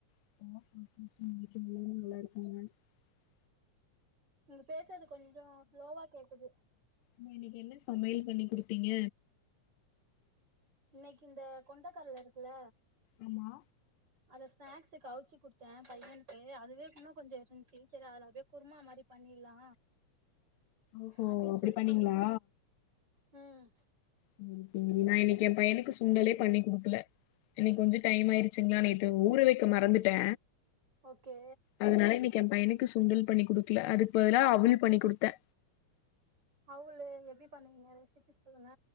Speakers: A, on the left; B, on the right.
A: <inaudible> வீட்ல எல்லாரு நல்லாருக்கோங்க
B: நீங்க பேசுறது கொஞ்சோ ஸ்லோவா கேக்குது
A: நீங்க இன்னைக்கி என்ன சமையல் பண்ணி குடுத்தீங்க
B: இன்னைக்கி இந்த கொண்டகடல இருக்குல
A: ஆமா
B: அத ஸ்னாக்ஸ்கு அவிச்சி கொடுத்தே பையனுக்கு அதுவே இன்னு கொஞ்சோ இருந்துச்சு சரி அதுல அப்டே குருமா மாதிரி பண்ணிர்லா
A: ஓஹோ
B: அப்டின்னு
A: அப்டி
B: சொல்லிட்டு
A: பண்ணீங்களா
B: பண்ணிட்டுருக்கே ம்
A: <unintelligible> நா இன்னைக்கி ஏ பையனுக்கு சுண்டல்லே பண்ணி குடுக்கல இன்னைக்கு கொஞ்சோ டைமாயிருச்சு ட்டுங்களா நேத்து ஊற வைக்க மறந்துட்டே
B: ஓகே
A: அதனால இன்னைக்கி ஏ பையனுக்கு சுண்டல் பண்ணி குடுக்கல அதுக்கு பதிலா அவல் பண்ணி குடுத்தே
B: அவுளு எப்பிடி பண்ணீங்க ரெசிபி சொல்லுங்க